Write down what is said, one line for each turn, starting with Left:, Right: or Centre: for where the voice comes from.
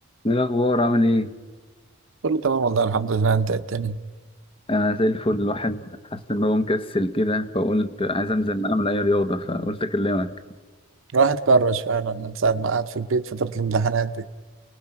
Left: ايه الاخبار عامل ايه
Right: كله تمام والله الحمد لله انت إيه الدنيا
Left: انا زي الفل الواحد حاسس ان هو مكسل كده فقلت عايز انزل اعمل اي رياضه فقلت اكلمك
Right: الواحد كرش فعلا من ساعة ما قعد في البيت فترة الامتحانات دي